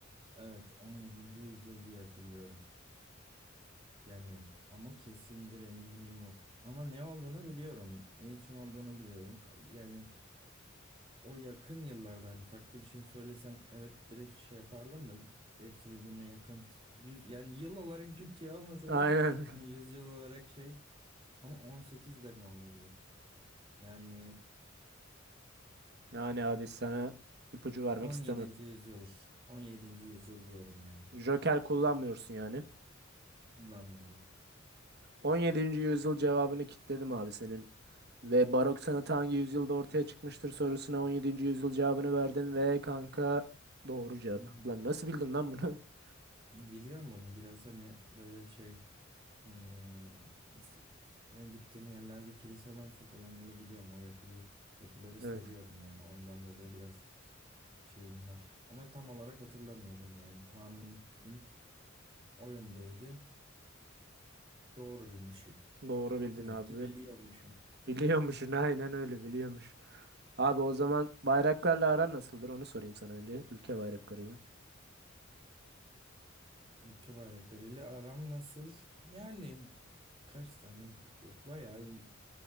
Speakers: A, on the right; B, on the right.
A: e, evet 17. yüzyıl diye hatırlıyorum. Yani ama kesin bir eminliğim yok. Ama ne olduğunu biliyorum. Ne için olduğunu biliyorum. Yani o yakın yıllarda hani farklı bir şey söylesen evet direkt şey yapardım da hepsi birbirine yakın. Yüz, yani yıl olarak Türkçe olmasa
B: Aynen.
A: da hani
B: <laughs>
A: yüzyıl olarak şey ama 18 de mi olabilir? Yani
B: Yani abi sana ipucu vermek
A: 17.
B: istemem.
A: yüzyıl. 17. yüzyıl diyorum ya.
B: Joker kullanmıyorsun yani.
A: Kullanmıyorum.
B: 17. yüzyıl cevabını kitledim abi senin. Ve barok sanatı hangi yüzyılda ortaya çıkmıştır sorusuna 17. yüzyıl cevabını verdin ve kanka doğru cevap.
A: Hı hı.
B: Lan nasıl bildin lan bunu? <laughs>
A: Biliyorum bunu. Biraz hani böyle şey hmm, s- yani gittiğim yerlerde kilise varsa falan böyle gidiyorum. O yapıyı, yapıları seviyorum
B: Evet
A: yani. Ondan dolayı biraz şeyim var. Ama tam olarak hatırlamıyordum yani. Tahminim o yöndeydi. Doğru bilmişim.
B: doğru bildin
A: Demek
B: abi.
A: ki biliyormuşum.
B: Biliyormuşsun aynen öyle biliyormuşsun. Abi o zaman bayraklarla aran nasıldır onu sorayım sana önce. Ülke bayraklarıyla.
A: Ülke bayraklarıyla aram nasıl? Yani kaç tane? Bayağı iyi.